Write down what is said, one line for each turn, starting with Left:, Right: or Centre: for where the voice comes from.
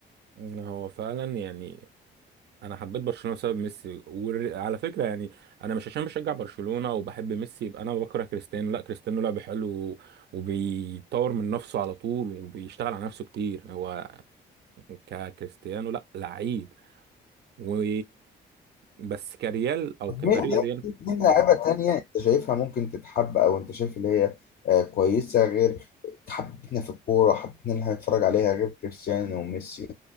Right: إن هو فعلا يعني انا حبيت برشلونه بسبب ميسي وعلى فكره يعني انا مش عشان بشجع برشلونه وبحب ميسي يبقى انا بكره كريستيانو لا كريستيانو لعب حلو و- وبيطور من نفسه على طول وبيشتغل على نفسه كتير هو ككريستيانو لا لعيب و بس كريال او
Left: طب
Right: كفريق
Left: مين مين
Right: ريال
Left: مين لاعيبة تانية انت شايفها ممكن تتحب او انت شايف اللي هي آه، كويسة غير حبتنا في الكورة حبتنا ان احنا نتفرج عليها غير كريستيانو وميسي